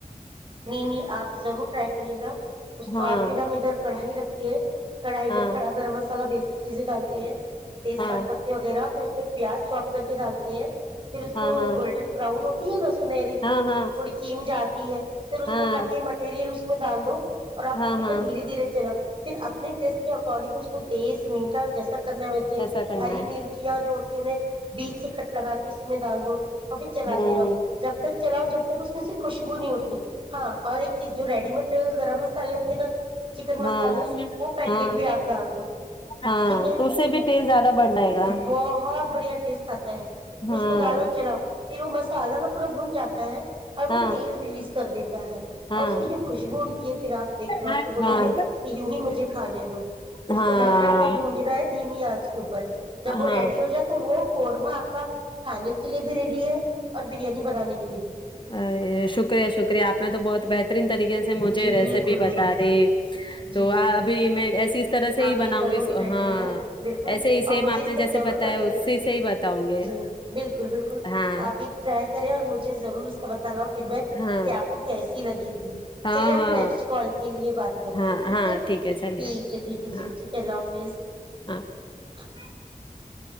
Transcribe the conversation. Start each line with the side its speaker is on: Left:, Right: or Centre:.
Right: نہیں نہیں آپ ضرور ٹرائی کریے گا اس کو
Left: ہاں
Right: اور پھر ہم ادھر کڑھائی رکھتے ایک کڑائی میں
Left: ہاں
Right: کڑا گرم مسالا ب بیسک چیزیں ڈالتی ہیں تیز
Left: ہاں
Right: پان پتے وغیرہ پھر پ پیاز چوپ کر کے ڈالتے ہیں پھر اس
Left: ہاں
Right: کو
Left: ہاں
Right: گولڈن براؤن ہوتی ہے نا سنہری چ
Left: ہاں ہاں
Right: تھوڑی چیم جاتی ہے اس
Left: ہاں
Right: میںٹھک کے مٹیریل اس میں ڈال دو اور آپ
Left: ہاں
Right: اس کے
Left: ہاں
Right: پ دھیرے دھیرے چلاؤ پھر آپ اپنے ٹیسٹ کے اکارڈنگ اس کو تیز میٹا جیسا کرنا ویسے
Left: جیسا کرنا
Right: ہری
Left: ہے
Right: مرچیاں جو انہیں بیچ سے کٹ لگا کے اس میں ڈال دو آفس چلاتے
Left: ہوں
Right: رہو جب تک چلاؤ جب تک اس میں سے خوشبو نہیں اٹتی ہاں اور ایک چیز جو ریڈی میڈ گرم مسالے ہوتے نا چکن مسالے
Left: ہاں
Right: وہ پیکٹ
Left: ہاں
Right: بھی آپ ڈال دو
Left: ہاں
Right: ٹھیک ہے
Left: تو اس سے بھی ٹیسٹ زیادہ بڑھ جائے گا
Right: بہت بڑھیا ٹیسٹ آتا ہے
Left: ہاں
Right: اس کو دالو چلا پھر وہ مسالہ نا پورا بھن جاتا ہے اور وہ
Left: ہاں
Right: تیل ریلیز کر دیتے اور
Left: ہاں
Right: اس کی جو خوشبو اڑتی ہے پھر آپ دیکھ لو
Left: ہاں
Right: اب تو بولو گے کہ یوں ہی مجھے کھانے دو اس
Left: ہاں
Right: کو ڈھک ڈھک کے بونجنا ہے دھیمی آنچ کے اوپر جب وہ ریڈی
Left: ہاں
Right: ہو جائے تو وہ قورمہ آپ کا کھانے کا قلیےبی ریڈی ہے اور بریانی بنانے کی
Left: ارے شکریہ شکریہ میں تو بہت بہترین طریقے سے مجھے
Right: جی
Left: ریسیپی
Right: بالکل
Left: بتا دی
Right: جی
Left: تو
Right: بالکل
Left: ابھی میں ایسی اس طرح سے
Right: آپ
Left: ہی
Right: بھی
Left: بناؤں
Right: ضرور
Left: گی
Right: ٹرائی
Left: ہاں
Right: کرے گا بالکل
Left: ایسے ہی
Right: اور
Left: سیم
Right: مجھے
Left: آپ
Right: اس
Left: نے
Right: کے
Left: جیسے
Right: ضرور
Left: بتایا
Right: بتائیے
Left: اسی
Right: گا
Left: سے ہی بتاؤں گی
Right: جی بالکل بالکل
Left: ہاں
Right: آپ بھی ٹرائی اور مجھے ضرور اس کا بتانا فیڈ بیک
Left: ہاں
Right: کیا آپ کیسی لگی تھی
Left: ہاں
Right: چلے ہم
Left: ہاں
Right: نیکسٹ کال کے لیے بات کرتے
Left: ہاں
Right: ہیں ٹھیک
Left: ہاں
Right: ہے
Left: چلیے
Right: ٹھیک ہے ٹھیک ہے جی
Left: ہاں
Right: ٹھیک ہے اللہ حافظ
Left: ہاں